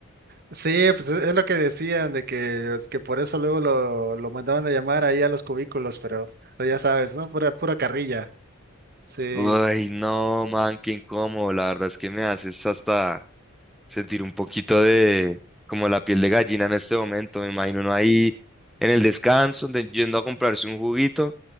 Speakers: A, on the right; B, in the centre.
A: Sí, pues es es lo que decían, de que, que por eso luego lo, lo mandaban a llamar ahí a los cubículos, pero pues, ya sabes, ¿no? Pura, pura carrilla. Sí,
B: Ay, no, man, qué incómodo. La verdad es que me haces hasta sentir un poquito de como la piel de gallina en este momento. Me imagino uno ahí en el descanso, de- yendo a comprarse un juguito